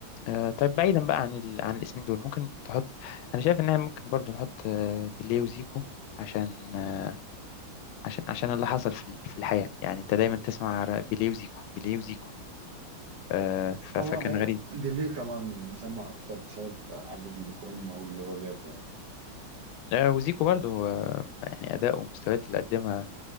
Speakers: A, on the left; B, on the right.
A: آه، طيب بعيدا بقى عن ال... عن الاسمين دول ممكن تحط انا شايف ان احنا ممكن برضو نحط آه، بيليه وزيكو عشان آه، عشان عشان اللي حصل في ال- في الحياة يعني انت دايما تسمع ر- بيليه وزيكو بيليه وزيكو آه، ف...
B: هو
A: فكان
B: هي-
A: غريب
B: بيليه طبعا مسمى أكتر بسبب عدد الأجوان المهول اللي هو جابه يعني
A: آه، وزيكو برضو آه، يعني اداء ومستويات اللي قدمها